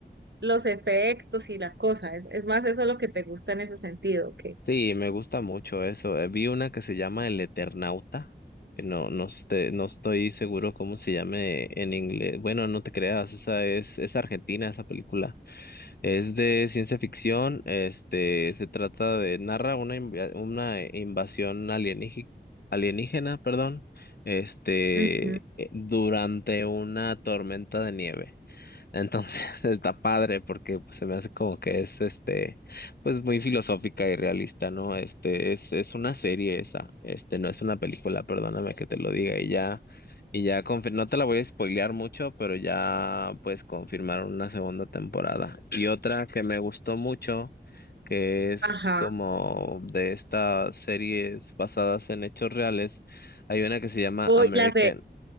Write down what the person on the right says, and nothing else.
los efectos y la cosa. Es, es más eso lo que te gusta en ese sentido. que
Ujú.
Ajá.
O
las de